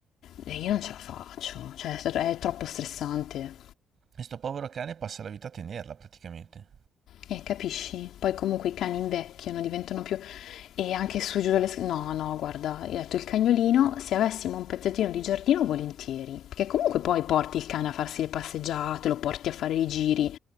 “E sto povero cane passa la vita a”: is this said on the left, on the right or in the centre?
Right